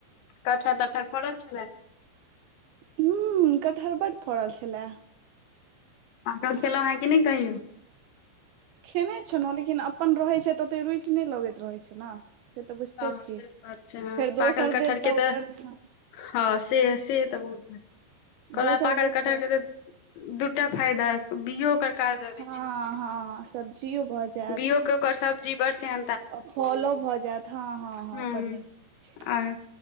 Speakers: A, on the left; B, on the right.
A: कटहर-तटहर फड़ल छलै
B: हुऊ कटहर बड फड़ल छलै
A: पाकल खेलौ है कि नय कहियौ
B: खेने छलौ लेकिन अपन रहै छै तऽ ओते रुचि नहि लगैत रहै छै नऽ से तऽ बुझिते
A: हँ
B: छियै
A: से बात छै हँ
B: फेर
A: पाकल
B: दोसर
A: कटहर
B: देत त
A: के
B: ओ
A: तऽ
B: बढ़िया
A: हँ से से तऽ बहुत कहलों
B: दोसर
A: है पाकल
B: देत
A: कटहर के तऽ दूटा फायदा बियो ओकर काज दऽ दए
B: हँ
A: छै
B: हँ सब्जियो भऽ जायत
A: बिओ के ओकर सब्जी बड़ सेह
B: आ फलो भऽ जैत हँ हँ हँ
A: हूँ
B: बड नीक लगै छै
A: आर